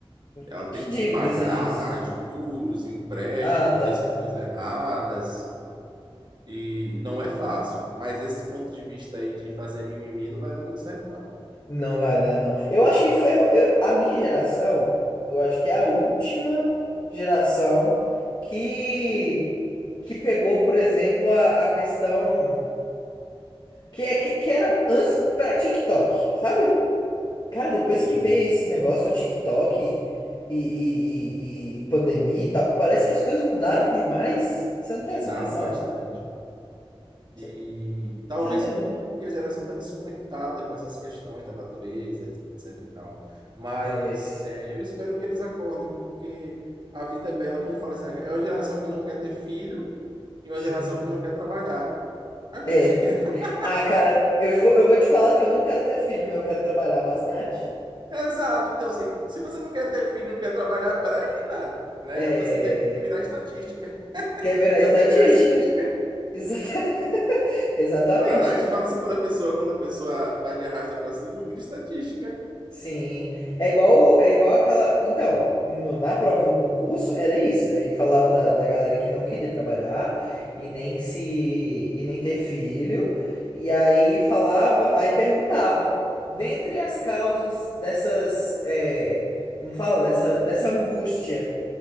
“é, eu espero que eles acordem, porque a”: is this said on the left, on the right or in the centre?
Right